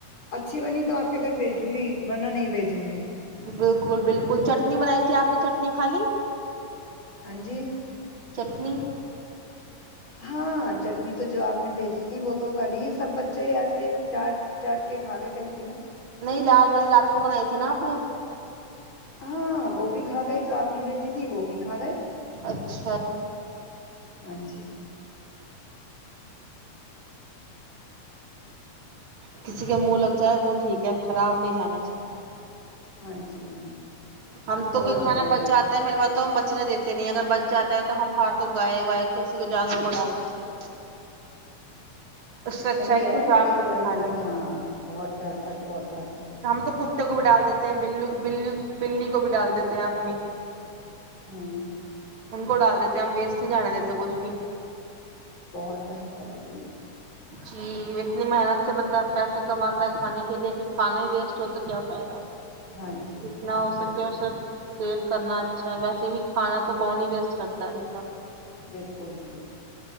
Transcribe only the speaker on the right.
بالکل بالکل چٹنی بنائی تھی آپ نے چٹنی کھ لی
چٹنی
نہیں لال والی رات کو بنائی تھی نا آپ نے
اچھا
کسی کے منہ لگ جائے وہ ٹھیک ہے خراب نہیں جانا چاہیے
ہم تو
کوئی کھانا
بچ جاتا ہے پہلے بات تو ہم بچنے دیتے نہیں اگر بچ جاتا ہے تو ہم باہر تو گائے وائے کسی کو جانور کو ڈال دیتے ہیں اس سے اچھا
کہ کوئی
جانور
ہی کھا
لے
ہم تو کتے کو بھی ڈال دیتے ہیں ب ب بلی کو بھی ڈال دیتے ہیں اپنی
ان کو ڈال دیتے ہیں ہم ویسٹ نہیں جانے دیتے کچھ بھی
جی اتنی محنت سے بندہ پیسے کماتا ہے کھانے کے لیے پھر کھانا ہی ویسٹ ہو تو کیا فائد ہے
جتنا ہو
سکے اس سب سیف کرنا اچھا ہے ویسے بھی کھانا تو کون نہیں ویسٹ کرتا ہے با